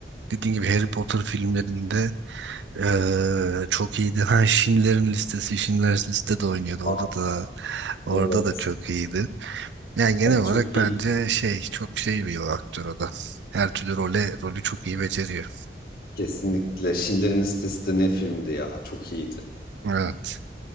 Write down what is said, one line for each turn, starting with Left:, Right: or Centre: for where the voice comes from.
Right: Dediğim gibi Harry Potter filmlerinde eee, çok iyiydi. Ha Schindler'in listesi, Schindler's Liste de oynuyordu. Orada
Left: Aa,
Right: da orada
Left: evet.
Right: da çok iyiydi. Yani genel
Left: Bak
Right: olarak
Left: çok
Right: bence
Left: iyi.
Right: şey çok şey bir aktör o da. Her türlü role rolü çok iyi beceriyor.
Left: Kesinlikle. Schindler'in Listesi de ne filmdi ya. Çok iyiydi.
Right: Evet.